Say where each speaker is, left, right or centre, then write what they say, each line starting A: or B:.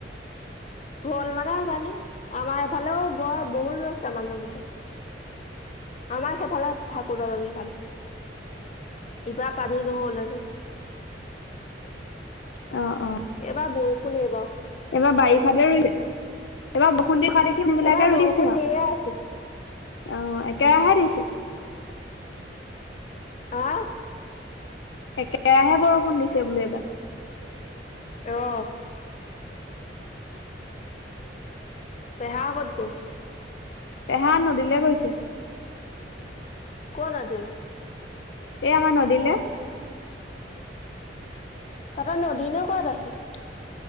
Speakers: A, on the left; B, on the left.
A: হ'ল মানে জানো, আমাৰ এফালেও বৰ, বহুত ৰুইছে মানুহবোৰে। আমাৰ সেইফালে ঠাকুৰ দলনি ফালে। ইবাৰ পানী নহ'লে যে।
B: অ অ
A: এইবাৰ বৰষুণ এইবাৰো।
B: এইবাৰ বাৰিষাতে ৰুইছে, এইবাৰ বৰষুণ দি থকা <unintelligible> বিলাকে
A: এইবাৰ বৰষুণ
B: ৰুইছে আৰু
A: দিয়ে আছে।
B: অ', একেৰাহে দিছে।
A: আহ?
B: একেৰাহে বৰষুণ দিছে বোলো এইবাৰ।
A: আহ। পেহা ক'ত গ'ল?
B: পেহা নদীলৈ গৈছে।
A: ক'ৰ নদীলে?
B: এ, আমাৰ নদীলে।
A: তাহঁতৰ নদীনো ক'ত আছে?